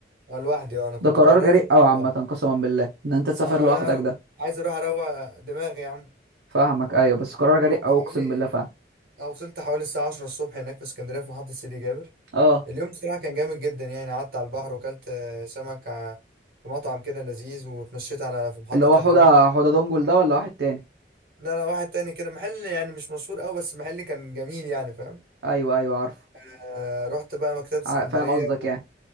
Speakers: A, on the right; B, on the right.
A: آه، لوحدي اه انا كنت
B: ده قرار
A: قررت
B: جريء
A: إن
B: قوي عامه
A: أنا لوحدي.
B: قسما بالله ان انت تسافر
A: آه،
B: لوحدك ده
A: عايز اروح اروق دماغي يا عم
B: فاهمك ايوه بس قرار جريء
A: يعني رحت
B: قوي
A: حوالي
B: اقسم بالله فاهم
A: أو وصلت حوالي الساعه 10 الصبح هناك في اسكندريه في محطه سيدي جابر
B: اه
A: اليوم بصراحه كان جامد جدا يعني قعدت على البحر وكلت آه، سمك آه، في مطعم كده لذيذ واتمشيت على في محطه
B: اللي هو حوده
A: الرمل
B: حوده دونجل ده ولا واحد تاني
A: لا لا واحد تاني كده محل يعني مش مشهور قوي بس محل كان جميل يعني فاهم
B: ايوه ايوه عارفه
A: آه رحت بقى مكتبة اسكندرية
B: عار- فاهم قصدك
A: و...
B: يعني